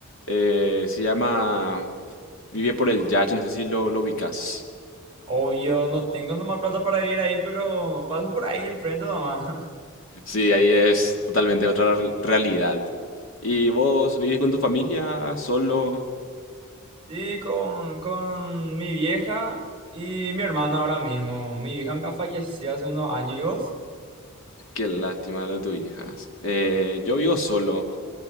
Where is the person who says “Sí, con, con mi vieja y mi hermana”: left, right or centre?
Right